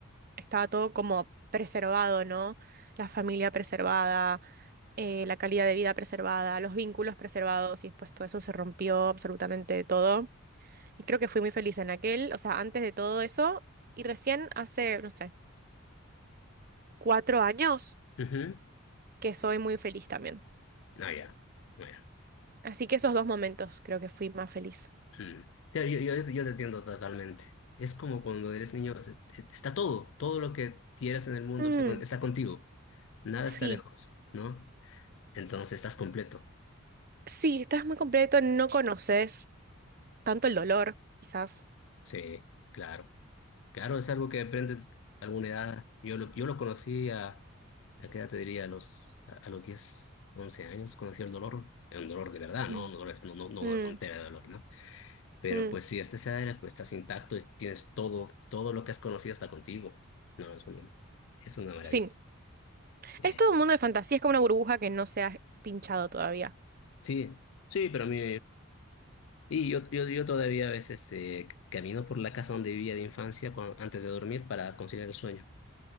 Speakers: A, on the right (about 45°); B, on the left (about 60°).
A: estaba todo como preservado, ¿no? La familia preservada, eh, la calidad de vida preservada, los vínculos preservados y después todo eso se rompió absolutamente todo. Y creo que fui muy feliz en aquel, o sea, antes de todo eso y recién hace, no sé, cuatro años
B: ujú.
A: que soy muy feliz también.
B: Ah, ya. Bueno.
A: Así que esos dos momentos creo que fui más feliz.
B: Mm. Claro, Yo, yo, yo te entiendo totalmente. Es como cuando eres niño, o sea, te- te- está todo, todo lo que quieras en el mundo
A: Mm,
B: está, con- está contigo, nada
A: sí,
B: está lejos, ¿no? Entonces estás completo.
A: sí, estás muy completo, no conoces tanto el dolor, quizás.
B: Sí, claro. Claro, es algo que aprendes a alguna edad. Yo lo, yo lo conocí a, ¿a qué edad te diría? A los, a, a los 10 11 años, conocí el dolor. Era un dolor de verdad, ¿no?
A: Mm,
B: Un dolor, no, no, no
A: mm,
B: una tontera de dolor, ¿no? Pero
A: mm,
B: pues si este cenário pues, estás intacto, es- tienes todo, todo lo que has conocido está contigo. No, es una, es una maravilla.
A: Sí,
B: Sí,
A: es todo un mundo de fantasía, es como una burbuja que no se ha pinchado todavía.
B: sí, sí, pero a mí... Y yo, yo, yo todavía a veces eh, camino por la casa donde vivía de infancia cuan- antes de dormir para conciliar el sueño.